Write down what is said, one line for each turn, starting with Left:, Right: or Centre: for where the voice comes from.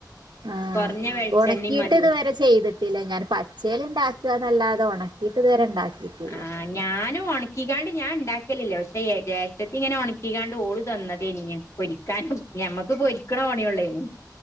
Right: ആഹ്
Left: കൊറഞ്ഞ വെളിച്ചെണ്ണയും
Right: ഒണക്കിയിട്ട്
Left: മതി
Right: ഇതുവരെ ചെയ്തിട്ടില്ല ഞാൻ പച്ചേല് ഇണ്ടാക്കാന്നല്ലാതെ ഒണക്കിയിട്ട് ഇതുവരെ ഇണ്ടാക്കിയിട്ടില്ലാ
Left: ആ ഞാനും ഒണക്കിക്കാണ്ട് ഞാൻ ഇണ്ടാക്കലില്ലാ പക്ഷെ എ ജേഷ്ഠത്തി ഇങ്ങനെ ഒണക്കിക്കാണ്ട് ഓള് തന്നതേനി ഇ പൊരിക്കാനും ഞമ്മക്ക് പൊരിക്കണ പണിയേ ഒള്ളേനി